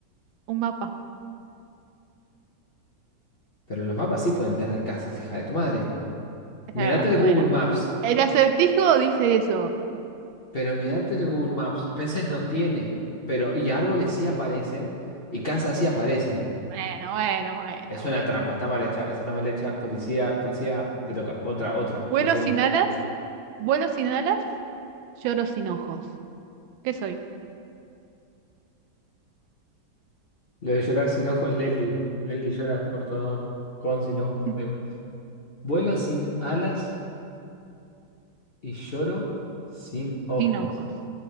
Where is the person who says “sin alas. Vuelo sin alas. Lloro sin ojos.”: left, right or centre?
Right